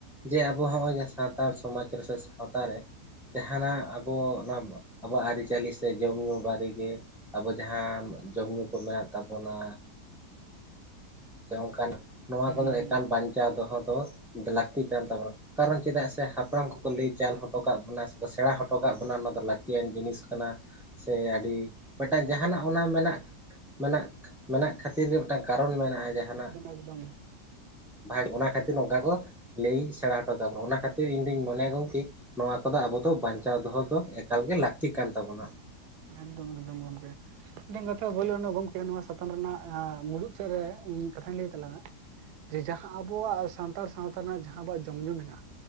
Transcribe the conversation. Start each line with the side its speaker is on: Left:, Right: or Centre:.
Centre: ᱡᱮ ᱟᱵᱚ ᱦᱚᱸᱜᱼᱚᱭ ᱡ ᱥᱟᱱᱛᱟᱲ ᱥᱚᱢᱟᱡᱽ ᱨᱮ ᱥᱮ ᱥᱟᱶᱛᱟ ᱨᱮ ᱡᱟᱦᱟᱱᱟᱜ ᱟᱵᱚ ᱱᱚᱣᱟ ᱟᱵᱚᱣᱟᱜ ᱟᱹᱨᱤ-ᱪᱟᱹᱞᱤ ᱥᱮ ᱡᱚᱢ ᱧᱩ ᱵᱟᱨᱮᱛᱮ ᱟᱵᱚ ᱡᱟᱦᱟᱸ ᱡᱚᱢ ᱧᱩ ᱠᱚ ᱢᱮᱱᱟᱜ ᱛᱟᱵᱚᱱᱟ ᱥᱮ ᱚᱱᱠᱟᱱᱟᱜ ᱱᱚᱣᱟ
Right: ᱦᱩᱸ
Centre: ᱠᱚᱫᱚ
Right: ᱦᱩᱸ
Centre: ᱮᱠᱟᱞ ᱵᱟᱧᱪᱟᱣ ᱫᱚᱦᱚ ᱫᱚ ᱞᱟᱹᱠᱛᱤ ᱠᱟᱱ ᱛᱟᱵᱚᱱᱟ ᱠᱟᱨᱚᱱ ᱪᱮᱫᱟᱜ ᱥᱮ ᱦᱟᱯᱲᱟᱢ ᱠᱚᱠᱚ ᱞᱟᱹᱭ ᱪᱟᱞ ᱦᱚᱴᱚ ᱠᱟᱜ ᱵᱚᱱᱟ ᱥᱮ ᱠᱚ ᱥᱮᱬᱟ ᱦᱚᱴᱚ ᱠᱟᱜ ᱵᱚᱱᱟ ᱚᱱᱟ ᱫᱚ ᱞᱟᱹᱠᱛᱤᱭᱟᱱ ᱡᱤᱱᱤᱥ ᱠᱟᱱᱟ ᱥᱮ ᱟᱹᱰᱤ ᱢᱤᱫᱴᱟᱝ ᱡᱟᱦᱟᱱᱟᱜ ᱚᱱᱟ ᱢᱮᱱᱟᱜ ᱢᱮᱱᱟᱜ ᱢᱮᱱᱟᱜ ᱠᱷᱟᱹᱛᱤᱨ ᱜᱮ ᱢᱤᱫᱴᱟᱝ ᱠᱟᱨᱚᱱ ᱢᱮᱱᱟᱜᱼᱟ ᱡᱟᱦᱟᱱᱟᱜ
Right: ᱮᱠᱫᱚᱢᱮ
Centre: ᱵᱷᱟᱜ ᱚᱱᱟ ᱠᱷᱟᱹᱛᱤᱨ ᱱᱚᱝᱠᱟ ᱠᱚ ᱞᱟᱹᱭ ᱥᱮᱬᱟ ᱦᱚᱴᱚ ᱠᱟᱵᱚᱱᱟ ᱚᱱᱟ ᱠᱷᱟᱹᱛᱤᱨ ᱤᱧ ᱫᱩᱧ ᱢᱚᱱᱮᱭᱟ ᱜᱚᱢᱠᱮ ᱱᱚᱣᱟ ᱠᱚᱫᱚ ᱟᱵᱚ ᱫᱚ ᱵᱟᱧᱪᱟᱣ ᱫᱚᱦᱚ ᱫᱚ ᱮᱠᱟᱞᱜᱮ ᱞᱟᱹᱠᱛᱤ ᱠᱟᱱ ᱛᱟᱵᱚᱱᱟ
Right: ᱮᱠᱫᱚᱢ ᱮᱠᱫᱚᱢ ᱜᱚᱢᱠᱮ ᱢᱤᱫᱴᱟᱝ ᱠᱟᱛᱷᱟ ᱵᱷᱩᱞ ᱨᱮᱱᱟᱜ ᱜᱚᱝᱠᱮ ᱱᱚᱣᱟ ᱥᱟᱛᱟᱢ ᱨᱮᱱᱟᱜ ᱢᱩᱲᱩᱫ ᱥᱮᱫ ᱨᱮ ᱤᱧ ᱠᱟᱛᱷᱟᱧ ᱞᱟᱹᱭ ᱛᱟᱞᱟᱝᱼᱟ ᱡᱮ ᱡᱟᱦᱟᱸ ᱟᱵᱚᱣᱟᱜ ᱥᱟᱱᱛᱟᱲ ᱥᱟᱶᱛᱟ ᱨᱮᱱᱟᱜ ᱡᱟᱦᱟᱸ ᱟᱵᱚᱣᱟᱜ ᱡᱚᱢ ᱧᱩ ᱢᱮᱱᱟᱜᱼᱟ